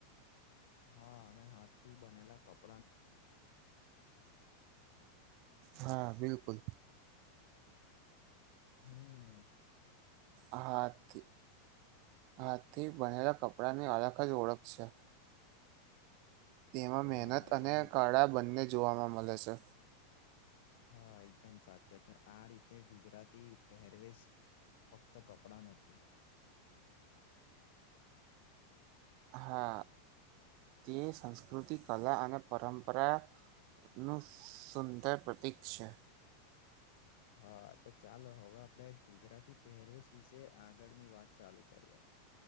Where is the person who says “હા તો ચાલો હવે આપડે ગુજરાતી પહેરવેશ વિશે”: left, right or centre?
Left